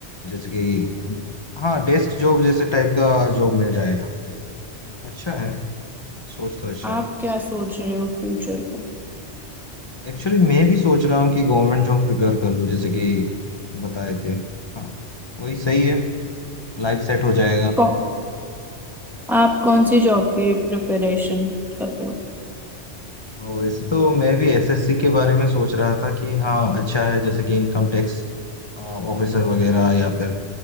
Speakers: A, on the left; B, in the centre.
A: जैसे कि हाँ डेस्क जॉब जैसे टाइप का जॉब मिल जाएगा अच्छा है सोच तो अच्छा
B: आप
A: है
B: क्या सोच रहे हो फ्यूचर का
A: एक्चुअली मैं भी सोच रहा हूँ कि गवर्नमेंट जॉब प्रिपेयर कर लूँ जैसे कि बताए थे हाँ वही सही है लाइफ सेट हो जाएगा
B: कौन आप कौन सी जॉब की प्रिपरेशन कर रहे हो
A: वैसे तो मैं भी एसएससी के बारे में सोच रहा था कि हाँ अच्छा है जैसे कि इनकम टैक्स ऑफिसर वगैरह या फिर